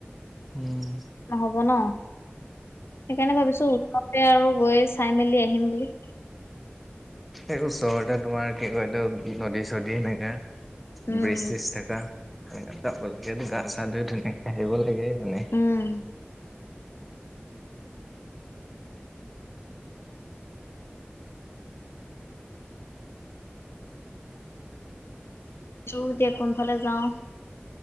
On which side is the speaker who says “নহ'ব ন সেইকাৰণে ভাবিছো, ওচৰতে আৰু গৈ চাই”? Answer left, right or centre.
Left